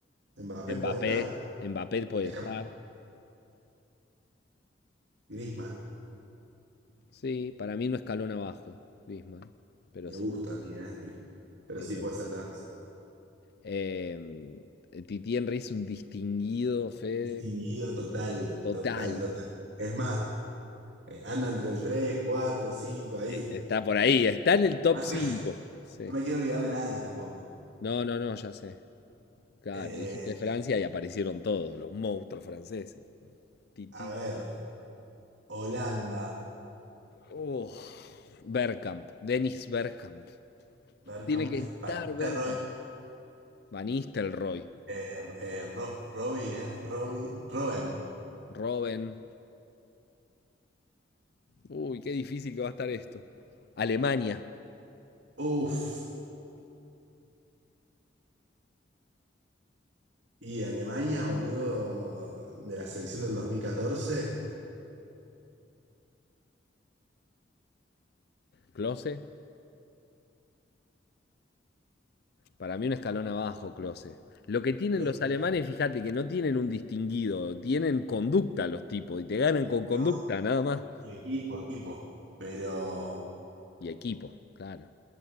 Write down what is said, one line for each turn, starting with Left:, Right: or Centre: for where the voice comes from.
Right: Mbappé
Left: Mbappé.
Right: puede estar.
Left: Mbappé puede
Right: Es
Left: estar.
Right: cam- Griezmann.
Left: Sí, para mí no escalón abajo, Griezmann. Pero
Right: Me
Left: sí.
Right: gusta a mí, eh, Gri- Pero
Left: eh,
Right: sí puede ser de razón.
Left: Eh, Titi Henry es un distinguido, Fede.
Right: Distinguido total.
Left: Total.
Right: Total, total. Es más, eh, anda entre el 3, 4, 5 ahí.
Left: Está por ahí, está en el top
Right: Más
Left: 5.
Right: es,
Left: Sí.
Right: no me quiero olvidar de nadie tampoco.
Left: No, no, no, ya sé. Claro,
Right: Eh,
Left: dijiste Francia y aparecieron todos, los monstruos franceses. Titi.
Right: a ver, Holanda.
Left: Oh, Bergkamp, Dennis Bergkamp.
Right: Berkham.
Left: Tiene que estar
Right: Batista
Left: Bergkamp.
Right: Roy.
Left: Van Nistelrooy,
Right: eh, eh, Ro- Robin, ¿era? Robin. Robben.
Left: Robben. Uy, qué difícil que va a estar esto. Alemania,
Right: Uf. Y Alemania, boludo, de la selección del 2014.
Left: Klose. Para mí un escalón abajo, Klose. Lo que tienen
Right: Clo-
Left: los alemanes, fíjate que no tienen un distinguido, tienen conducta los tipos y te ganan con conducta,
Right: No,
Left: nada más.
Right: y equipo, equipo. Pero
Left: Y equipo, claro.